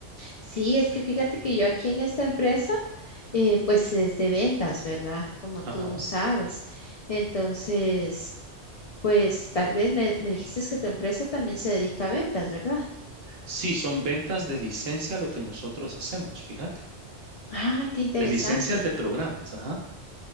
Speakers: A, on the left; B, on the right.
A: Sí, es que fíjate que yo aquí en esta empresa, eh, pues es de ventas, ¿verdad? Como
B: Ajá.
A: tú sabes. Entonces, pues tal vez me, me dijiste que tu empresa también se dedica a ventas, ¿verdad?
B: Sí, son ventas de licencia lo que nosotros hacemos, fíjate.
A: Ah, qué interesante.
B: De licencias de programas, ajá.